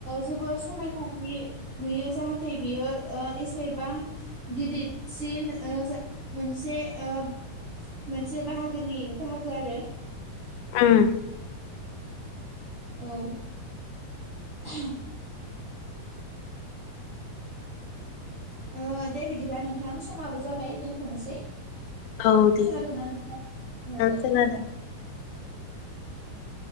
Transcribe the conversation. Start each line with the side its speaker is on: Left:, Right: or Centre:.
Right: जोबोर समायनानि नुयो जाहाथे बियो ओ एसेबां गिदिरसिन ओ जा मोनसे ओ मोनसे बाहागोनि बाहागो आरो
Left: उम
Right: औ <unintelligible> ओ दे बिदिबा नोंथां समाबो जाबाय दोनथ'नोसै
Left: औ दे
Right: खोनादोंना नोंथां औ
Left: ओ
Right: दे
Left: खोनादों।
Right: <unintelligible>